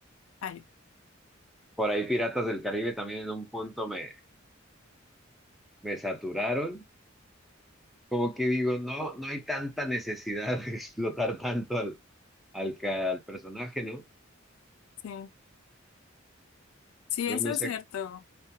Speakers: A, on the left (about 85°); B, in the centre.
A: Ay,
B: Por ahí Piratas del Caribe también en un punto me, me saturaron. Como que digo, no, no hay tanta necesidad <laughs> de explotar tanto al, al, ca- al personaje, ¿no?
A: sí. Sí,
B: No,
A: eso
B: no
A: es
B: sé
A: cierto.